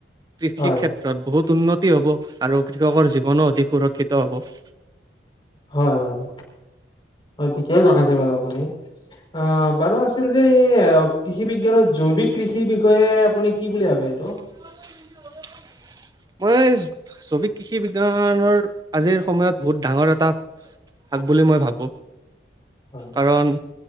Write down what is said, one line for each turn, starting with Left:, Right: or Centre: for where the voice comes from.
Right: কৃষি
Left: হয়
Right: ক্ষেত্ৰত বহুত উন্নত বৃদ্ধি হ'ব আৰু কৃষকৰ জীৱনো অধিক সুৰক্ষিত হ'ব।
Left: হয় হয়, হয় ঠিকেই জনাইছে বাৰু আপুনি। অঁহ বাৰু আছিল যে এই কৃষি বিজ্ঞানৰ জৈৱিক কৃষিৰ বিষয়ে আপুনি কি বুলি ভাবে এইটো?
Right: <unintelligible> মই জৈৱিক কৃষি বিজ্ঞানৰ আজিৰ সময়ত বহুত ডাঙৰ এটা ভাগ বুলি মই ভাবো,
Left: হয়
Right: কাৰণ